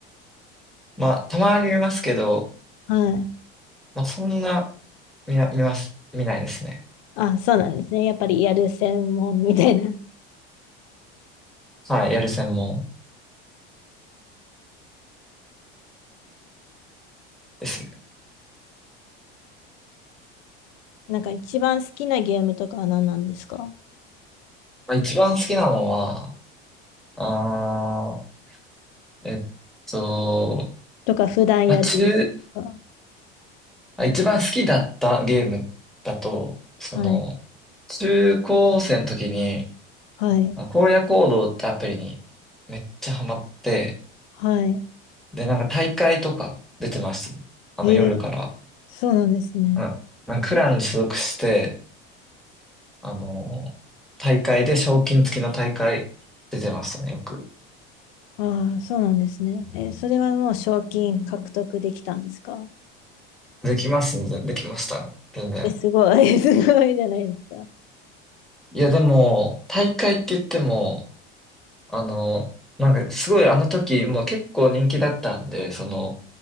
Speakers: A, in the centre; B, on the left.
A: まあ、たまに見ますけど、
B: はい。
A: まあ、そんな、見な、見ます、見ないですね。
B: あ、そうなんですね。やっぱりやる専門みたいな。<laughs>
A: はい、やる専門ですね。
B: なんか一番好きなゲームとかは何なんですか
A: まあ、一番好きなのは、あー、えっと、
B: とか普段やるゲームとか。
A: まあ、中、まあ一番好きだったゲームだと、その、
B: はい。
A: 中高生の時に、
B: はい。
A: まあ荒野行動ってアプリにめっちゃハマって、
B: はい。
A: で、なんか大会とか出てましたね。あの夜から。
B: えー、そうなんですね。
A: うんなんかクランに所属して、あの、大会で賞金付きの大会出てましたね、よく。
B: ああ、そうなんですね。えーそれはもう賞金獲得できたんですか
A: できますね、できましたね、全然。
B: え、すごい。<laughs> すごいじゃないですか。
A: いや、でも、大会って言っても、あの、なんかすごいあの時もう結構人気だったんで、その、